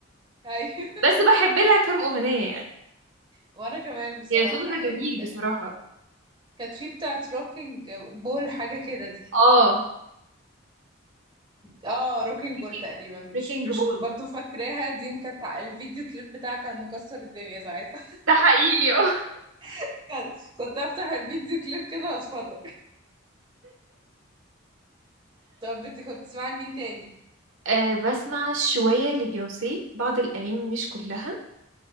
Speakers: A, on the right; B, on the right.
A: ايوه
B: بس
A: <laughs>
B: بحب لها كام اغنية يعني
A: وانا كمان بصراحة
B: يا صوتها
A: يعني
B: جميل
A: ك-
B: بصراحة
A: كانت في بتاعت روكينج بول حاجة كده دي
B: اه
A: اه روكينج
B: بريكنج
A: بول تقريبا مش
B: بريكنج
A: مش
B: بول
A: برضو فاكراها دي كانت ع- الفيديو كليب بتاعها كان مكسر الدنيا ساعتها
B: ده حقيقي <laughs> اه
A: <laughs> كان- كنت افتح الفيديو كليب كده واتفرج طب انت كنت بتسمعي لمين تاني
B: آه، بسمع شوية لبيونسي بعض الأغاني مش كلها